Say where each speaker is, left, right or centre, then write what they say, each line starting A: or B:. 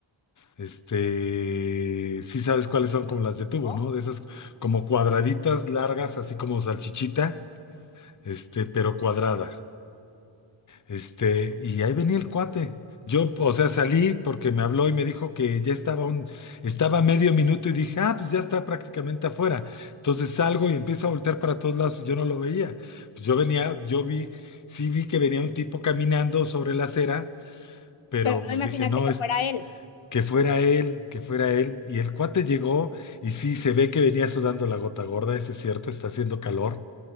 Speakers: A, on the left; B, on the left.
A: Este, sí sabes cuáles son como las de tubo,
B: ¿no?
A: ¿no? De esas como cuadraditas largas, así como salchichita, este, pero cuadrada. Este, y ahí venía el cuate. Yo, o sea, salí porque me habló y me dijo que ya estaba un, estaba a medio minuto y dije, ah, pues ya está prácticamente afuera. Entonces salgo y empiezo a voltear para todos lados y yo no lo veía. Pues yo venía, yo vi, sí vi que venía un tipo caminando sobre la acera, pero
B: Pero
A: pues
B: no imaginaste
A: dije, no,
B: que
A: es
B: fuera él.
A: que fuera él, que fuera él. Y el cuate llegó y sí, se ve que venía sudando la gota gorda, eso es cierto, está haciendo calor.